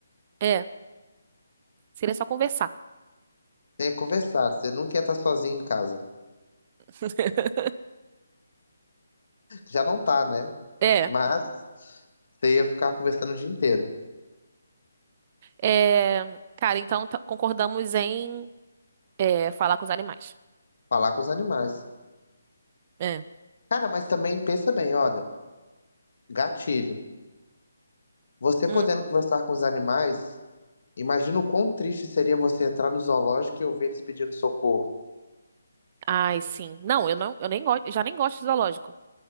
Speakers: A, on the right; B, on the left.
A: É, seria só conversar.
B: Você ia conversar, você nunca ia estar sozinho em casa.
A: <laughs>
B: Já não tá, né?
A: É,
B: Mas você ia ficar conversando o dia inteiro,
A: é, cara, então tá- concordamos em é, falar com os animais.
B: falar com os animais.
A: É.
B: Cara, mas também pensa bem, olha, gatilho. Você podendo
A: Hum.
B: conversar com os animais, imagina o quão triste seria você entrar no zoológico e ouvir eles pedindo socorro.
A: Ai, sim. Não, eu não, eu nem gosto, já nem gosto de zoológico.